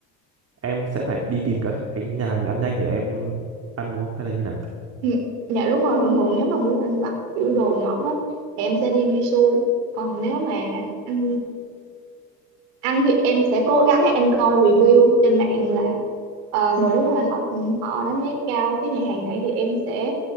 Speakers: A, on the right (about 30°); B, on the right (about 65°).
A: em sẽ phải đi tìm các cái nhà hàng ăn nhanh để em ăn đúng không hay là như nào?
B: Ừ, dạ đúng rồi, thường thường nếu mà muốn ăn vặt kiểu đồ ngọt á, thì em sẽ đi Misu. Còn nếu mà ăn ăn thì em sẽ cố gắng em coi review trên mạng là ờ, người nước ngoài họ họ đánh giá cao cái nhà hàng này thì em sẽ